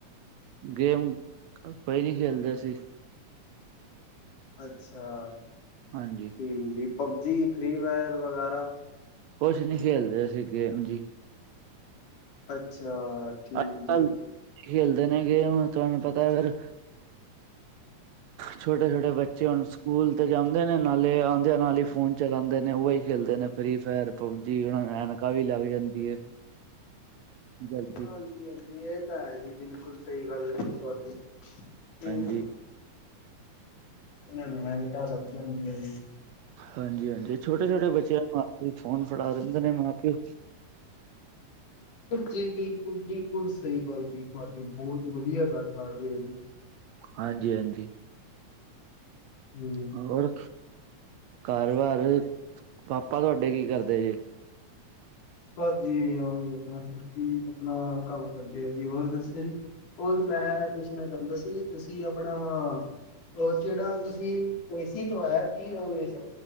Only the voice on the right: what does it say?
ਗੇਮ ਕੋਈ ਨਹੀਂ ਖੇਲਦਾ ਸੀ
ਹਾਂਜੀ
ਕੁਛ ਨਹੀਂ ਖੇਲਦੇ ਅਸੀ ਗੇਮ ਜੀ
ਅਜਕਲ
ਖੇਲਦੇ ਨੇ ਗੇਮ ਤੁਹਾਨੂੰ ਪਤਾ ਫਿਰ ਛੋਟੇ ਛੋਟੇ ਬੱਚੇ ਹੁਣ ਸਕੂਲ ਤੇ ਜਾਂਦੇ ਨੇ ਨਾਲੇ ਆਉਂਦੇ ਆ ਨਾਲ ਹੀ ਫੋਨ ਚਲਾਉਂਦੇ ਨੇ ਉਹੀ ਖੇਲਦੇ ਨੇ ਫ੍ਰਰੀ ਫਾਇਰ ਪਬਜੀ ਉਹ ਨੂੰ ਐਨਕਾ ਵੀ ਲੱਗ ਜਾਂਦੀ ਹੈ ਜਲਦੀ
ਹਾਂਜੀ
ਹਾਂਜੀ ਹਾਂਜੀ ਛੋਟੇ ਛੋਟੇ ਬੱਚਿਆਂ ਨੂੰ ਹੱਥ ਫ਼ੋਨ ਫੜਾ ਦਿੰਦੇ ਨੇ ਮਾਂ ਪਿਓ
ਹਾਂਜੀ ਹਾਂਜੀ
ਹੋਰ ਕਾਰ ਵਾਰ ਪਾਪਾ ਤੁਹਾਡੇ ਕੀ ਕਰਦੇ ਜੇ